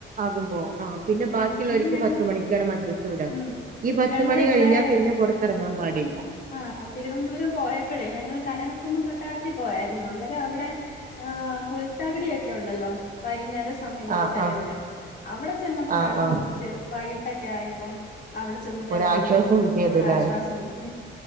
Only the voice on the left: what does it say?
ആ പിന്നെ ഞങ്ങ
ഉം
ഞങ്ങളിവിടെ
ആ തിരുവനന്തപുരം പോയപ്പൊഴേ ഞങ്ങള് കനകക്കുന്ന് കൊട്ടാരത്തിൽ പോയാരുന്നു അന്നേരം അവിടെ ആ പുൽത്തകിടിയൊക്കെ ഉണ്ടല്ലോ വൈകുന്നേരം സമയങ്ങളിൽ
ചെലവിടാൻ
അവിടെ ചെന്നപ്പൊഴാണ്
കുറച്ച് വൈ ക്കെ ആയപ്പം അവിടെ ചെന്ന് ചെലവഴിക്കുമ്പോ
ഒരാശ്വാസം
കി